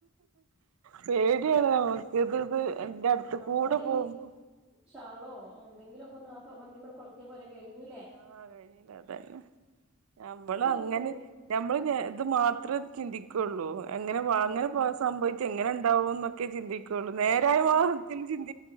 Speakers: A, on the right; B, in the centre.
A: പേട്യാണ് ഓ <unintelligible> ഇന്റെ അടുത്ത്
B: നമ്മള്
A: കൂടെ പോവുമ്പോ
B: ഷാളോ എന്തെങ്കിലൊക്കൊന്ന് ആ വണ്ടിമേൽ കൊളത്തിയ പോരെ കഴിഞ്ഞില്ലേ.
A: ആഹ് അതന്നെ നമ്മളു അങ്ങനെ
B: പിടിക്കും അയ്നെ
A: നമ്മള് ഇത് മാത്രം ചിന്തി ക്കൊള്ളൂ എങ്ങനെ വാങ്ങനെപോ
B: ഉം
A: സംഭവിച്ച എങ്ങനെണ്ടാവോന്നൊ ക്കെ ചിന്തിക്കൊള്ളൂ നേരായ മാർഗത്തിൽ ചിന്തി